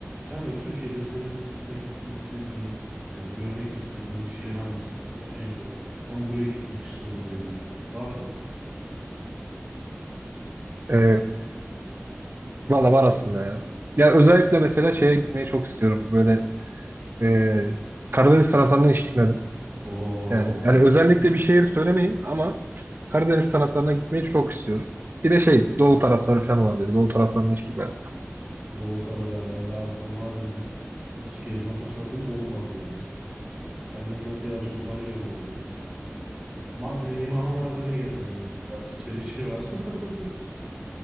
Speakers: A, in the centre; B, on the right.
A: Kanka Türkiye'de senin gitmek istediğin yani görmek istediğin şehir hangisi? Böyle en çok ben buraya gitmek istiyorum dediğin var mı?
B: Ee, valla var aslında ya. Ya özellikle mesela şeye gitmeyi çok istiyorum. Böyle ee, Karadeniz taraflarına ilişkiler.
A: Oo,
B: Yani, yani özellikle bir şehir söylemeyin ama Karadeniz taraflarına gitmeyi çok istiyorum. Bir de şey Doğu tarafları falan olan dedi. Doğu taraflarına ilişkiler.
A: Doğu tarafı yani ben de aslında Mardin'im. Hiç gezme fırsatım olmadı yani. Kendimden birazcık utanıyorum o konuda. Mardinliyim ama Mardin'i gezmedim yani. Birazcık çelişki var. <laughs>